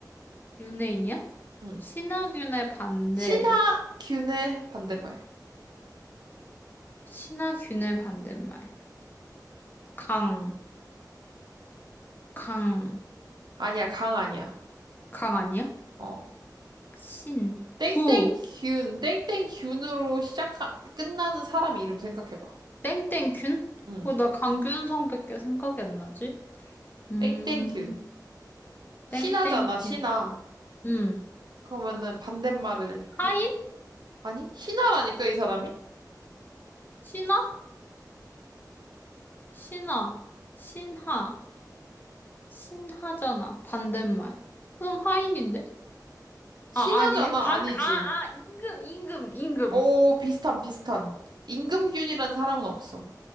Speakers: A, on the left (about 25°); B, on the right (about 75°).
A: 연예인이야?
B: 응.
A: 신하균의 반대.
B: 신하균의 반대말.
A: 신하균의 반대말. 강, 강,
B: 아니야, 강 아니야.
A: 강 아니야?
B: 어.
A: 신,
B: 땡땡균,
A: 구,
B: 땡땡균으로 시작하, 끝나는 사람 이름 생각해봐.
A: 땡땡균?
B: 응.
A: 어, 나 강균성밖에 생각이 안 나지? 음,
B: 땡땡균. 신하잖아,
A: 땡땡균.
B: 신하.
A: 음,
B: 그러면은 반대말을
A: 하인?
B: 생각해. 아니? 신하라니까, 이 사람이?
A: 신하? 신하. 신하. 신하잖아. 반대말. 그럼 하인인데?
B: 신하잖아,
A: 아, 아니, 이거 반,
B: 아니지.
A: 아, 아, 임금, 임금, 임금.
B: 오, 비슷한, 비슷한. 임금균이란 사람은 없어.